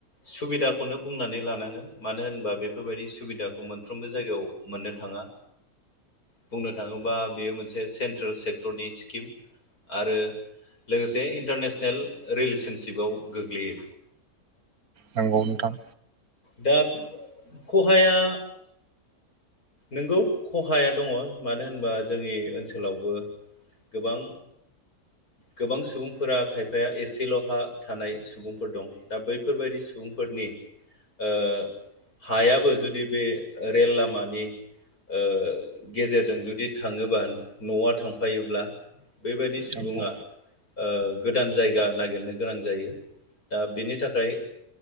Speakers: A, on the left; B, on the right.
A: सुबिदाखौनो बुंनानै लानांगोन मानो होनबा बेफोरबायदि सुबिदाखौ मोनफ्रोमबो जायगायाव मोननो थाङा बुंनो थाङोबा बेयो मोनसे सेन्ट्रेल सेक्टरनि स्किम आरो लोगोसे इन्टारनेसन सनेल रिलेसनसिपाव गोग्लैयो
B: नंगौ नोंथां।
A: दा खहाया नोंगौ खहाया दङ' मानो होनबा जोंनि ओनसोलावबो गोबां गोबां सुबुंफोरा खायफाया एसेल' हा थानाय सुबुंफोर दं दा बैफोरबायदि सुबुंफोरनि ओ हायाबो जुदि बे रेल लामानि ओ गेजेरजों जुदि थाङोबा न'आ थांफायोब्ला बेबायदि सु सुबुङा
B: नंगौ
A: ओ गोदान जायगा नागिरनो गोनां जायो दा बिनि थाखाय